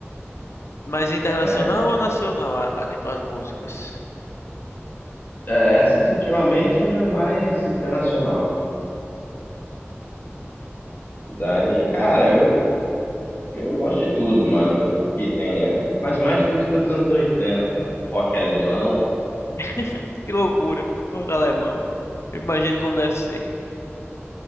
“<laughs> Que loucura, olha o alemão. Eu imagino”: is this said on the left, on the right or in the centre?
Left